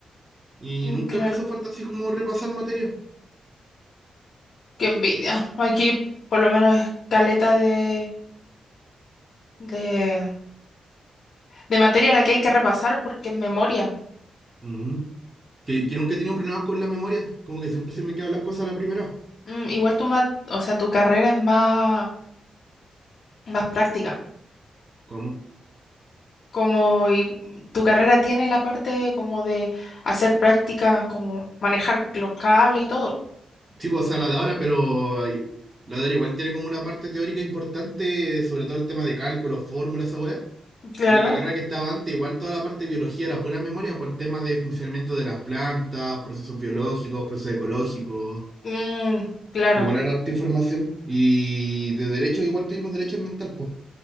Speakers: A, on the right (about 20°); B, on the left (about 55°).
A: Y
B: mm,
A: nunca
B: claro.
A: me hizo falta así como repasar materia.
B: Qué envidia. Aquí por lo menos es caleta de, de, de materia la que hay que repasar porque es memoria.
A: Ujú. Que, que nunca he tenido problemas con la memoria. Como que siempre se me han quedado las cosas a la primera.
B: Mm, igual tu, ma- o sea, tu carrera es más, más práctica.
A: ¿Cómo?
B: Como y- tu carrera tiene la parte como de hacer prácticas, como manejar los cables y todo.
A: Sí, pues, o sea, la de ahora, pero ay, la de ahora igual tiene como una parte teórica importante, sobre todo el tema de cálculos, fórmulas, esa weá.
B: Claro.
A: Y la carrera que estaba antes, igual toda la parte de biología era pura memoria por el tema de funcionamiento de las plantas, procesos biológicos, procesos ecológicos.
B: Mm, claro.
A: Igual era harta información. Y de derecho, igual tuvimos derecho ambiental, pues.